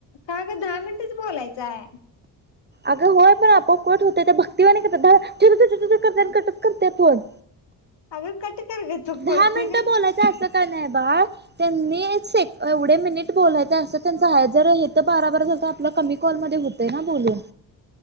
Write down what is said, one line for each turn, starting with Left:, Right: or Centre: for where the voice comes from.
Left: का ग दहा मिनिटच बोलायचं ये.
Right: अगं होय पण आपोप कोट होतेय. त्या भक्तीवानी करत द छेटछट कर कटच करतेय फोन.
Left: अग कट कर ग. तू
Right: दहा
Left: कळतुरीच
Right: मिनिटं बोलायच
Left: आहे
Right: असं का नाही बाळ त्यांनी से एवढे मिनिट बोलायचे असं त्यांच हा जर हे तर बारा बार आपला कमी कॉलमध्ये होतय ना बोलून.